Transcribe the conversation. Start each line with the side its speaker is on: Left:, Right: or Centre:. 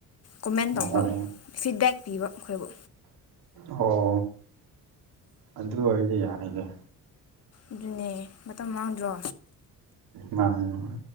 Left: ꯀꯣꯃꯦꯟ
Right: ꯑꯣ
Left: ꯇꯝꯕ ꯐꯤꯠꯕꯦꯛ ꯄꯤꯕ ꯑꯩꯈꯣꯏꯕꯨ
Right: ꯑꯣ ꯑꯗꯨ ꯑꯣꯏꯔꯗꯤ ꯌꯥꯏꯗ
Left: ꯑꯗꯨꯅꯦ ꯃꯇꯝ ꯃꯥꯡꯗ꯭ꯔꯣ
Right: ꯃꯥꯅꯦ ꯃꯥꯅꯦ